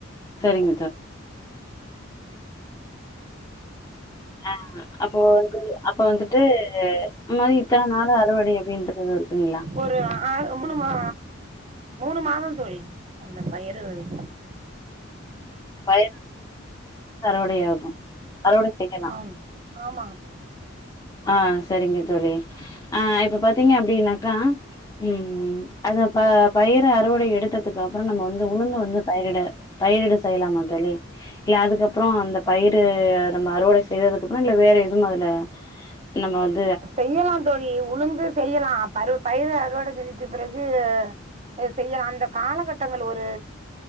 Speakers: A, on the left (about 15°); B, on the right (about 30°).
A: செரிங்க தோ ஆ அப்போ அதுக்கு அப்ப வந்துட்டு அம்மாரி இத்தன நாளு அறுவடை அப்டின்றது இருக்குங்களா
B: ஒரு ஆறு மூணு மா மூணு மாதந் தோழி அந்த பயறு இருந்
A: பயறு <inaudible> அறுவடையாகு அறுவடை செய்யலா
B: ஆம் ஆமாங்க தோழி
A: ஆ செரிங்க தோழி ஆ இப்ப பாத்தீங்க அப்டின்னாக்கா ம் ம் அது ப பயிர அறுவடை எடுத்ததுக்கு அப்புறோ நம்ம வந்து உளுந்து வந்து பயிரிட பயிரிடஸ் செய்யலாமா தோழி இல்ல அதுக்கப்புறோ அந்த பயிறு நம்ம அறுவடை செய்ததுக்கப்புறோ இல்ல வேற எதுவு அதுல நம்ம வந்
B: செய்யலாந் தோழி உளுந்து செய்யலா பரு பயிறு அறுவடை செஞ்சுட்டு பிறகு அ ஆ செய்ய அந்த காலகட்டங்கள் ஒரு